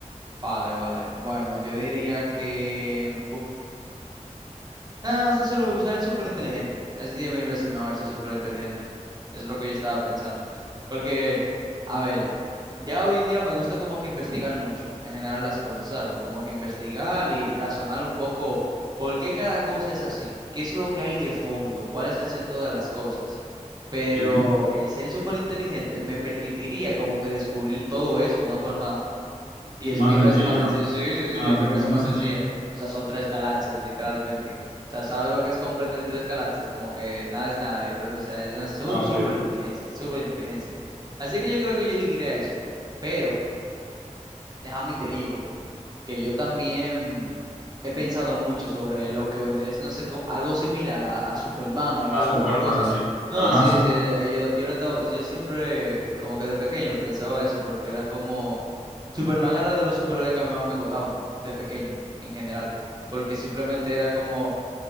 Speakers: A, on the right (about 30°); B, on the right (about 85°).
A: Vale, vale. Bueno, yo diría que... Ah, se suele usar el súper inteligente. Es diez mil veces mejor ser súper inteligente. Es lo que yo estaba pensando. Porque, a ver, ya hoy en día me gusta como que investigar mucho, en general las cosas, ¿sabes? Como que investigar y razonar un poco por qué cada cosa es así. ¿Qué es lo que hay de fondo? ¿Cuál es el centro de las cosas? Pero
B: Ujú.
A: el ser súper inteligente me permitiría como que descubrir todo eso de una forma Diez
B: Más
A: mil
B: sencilla,
A: veces más sencillo.
B: ¿no?
A: Sí, sí, sí,
B: Ah,
A: diez mil
B: sí, bueno,
A: veces
B: más
A: más
B: sencilla.
A: sencilla. O sea, son tres galaxias, literalmente. O sea, ¿sabes lo que es comprender tres galaxias? Como que nada es nada, literalmente. O sea, es una su-
B: Ah,
A: súper
B: sí.
A: inteligencia, súper inteligencia. Así que yo creo que yo elegiría eso. Pero, déjame y te digo que yo también he pensado mucho sobre lo que vendría siendo se- co- algo similar a, a Superman o algo,
B: A Superman,
A: o algo así.
B: sí.
A: No,
B: Ajá,
A: sí,
B: sí.
A: sí, eh, yo, yo, lo he estado- yo siempre, como que de pequeño, pensaba eso, porque era como, Superman era de los superhéroes que a mí más me gustaban, de pequeño, en general, porque simplemente era como,